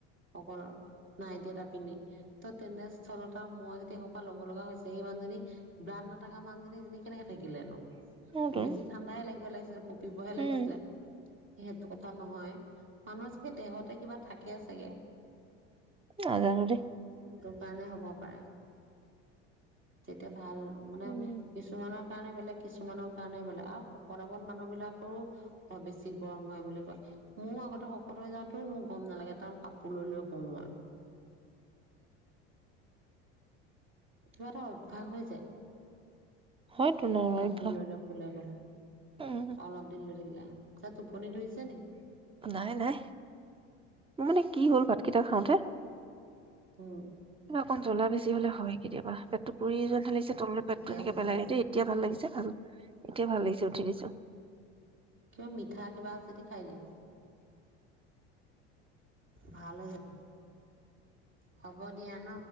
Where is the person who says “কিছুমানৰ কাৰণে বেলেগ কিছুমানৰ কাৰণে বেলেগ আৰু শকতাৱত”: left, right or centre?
Right